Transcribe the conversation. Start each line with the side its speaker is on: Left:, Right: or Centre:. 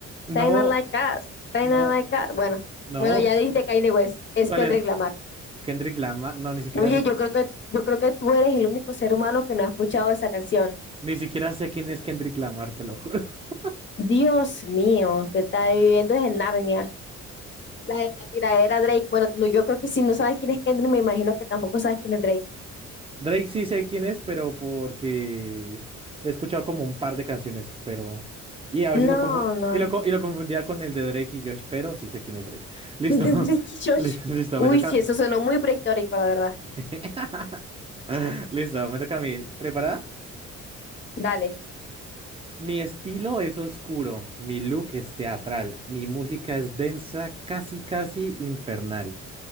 Right: No,
Left: Kinda Like Us, Kinda
Right: no,
Left: Like Us. Bueno,
Right: no.
Left: bueno, ya dijiste Kanye West, es
Right: ¿Cuál
Left: Kendrick
Right: era?
Left: Lamar.
Right: Kendrick Lamar. No, ni siquiera
Left: Oye,
Right: sé.
Left: yo creo que, yo creo que tú eres el único ser humano que no ha escuchado esa canción.
Right: Ni siquiera sé quién es Kendrick Lamar, te lo juro. <laughs>
Left: Dios mío, te está viviendo es en Narnia. La de la tiradera Drake. Bueno, no, yo creo que si no sabes quién es Kendrick, me imagino que tampoco sabes quién es Drake.
Right: Drake sí sé quién es, pero porque he escuchado como un par de canciones, pero... Y a veces
Left: No,
Right: lo, confu-
Left: no.
Right: y lo,
Left: <laughs>
Right: co- y lo confundía con el de Drake y Josh, pero sí sé quién es Drake. Listo.
Left: El de Drake
Right: <laughs>
Left: y Josh.
Right: Li- Listo,
Left: Uy,
Right: me toca...
Left: sí, eso sonó muy prehistórico, la verdad.
Right: <laughs> Listo, me toca a mí. ¿Preparada?
Left: Dale.
Right: Mi estilo es oscuro, mi look es teatral, mi música es densa, casi casi infernal.